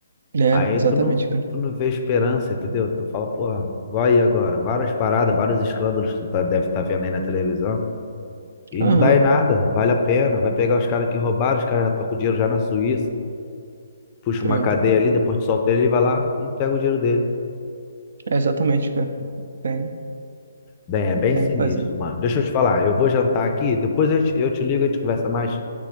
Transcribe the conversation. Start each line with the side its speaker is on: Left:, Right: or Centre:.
Right: É,
Left: Aí
Right: exatamente,
Left: tu não,
Right: cara.
Left: tu não vê esperança, entendeu? Tu fala, porra, igual aí agora, várias paradas, vários escândalos que tu tá, deve estar vendo aí na televisão, e
Right: Aham.
Left: não dá em nada, vale a pena. Vai pegar os caras que roubaram, os caras já estão com o dinheiro já na Suíça, puxa uma
Right: É,
Left: cadeia ali, depois tu solta ele e vai lá e pega o dinheiro dele.
Right: é exatamente, cara. Tem,
Left: Bem, é bem
Right: tem
Left: sinistro,
Right: que fazer.
Left: mano. Deixa eu te falar, eu vou jantar aqui, depois eu te, eu te ligo e a gente conversa mais.